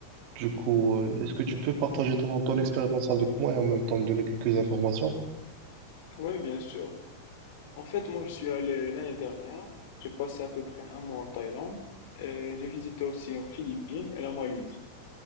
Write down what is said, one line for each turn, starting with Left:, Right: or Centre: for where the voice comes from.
Right: Du coup, euh, est-ce que tu peux partager ton, ton expérience avec moi et en même temps me donner quelques informations?
Left: Oui, bien sûr. En fait, moi, je suis allé l'année dernière. J'ai passé à peu près un mois en Thaïlande et j'ai visité aussi en Philippines et la Malaisie.